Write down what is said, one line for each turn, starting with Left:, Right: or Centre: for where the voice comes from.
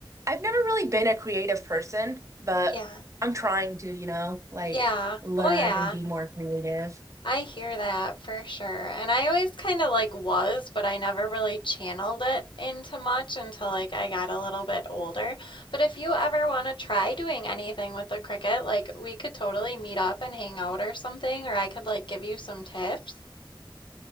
Right: I've never really been a creative person, but
Left: yeah,
Right: I'm trying to, you know, like
Left: yeah.
Right: learn
Left: Oh, yeah.
Right: and be more creative.
Left: I hear that for sure. And I always kind of like was, but I never really channeled it into much until like I got a little bit older. But if you ever want to try doing anything with the cricket, like we could totally meet up and hang out or something, or I could like give you some tips.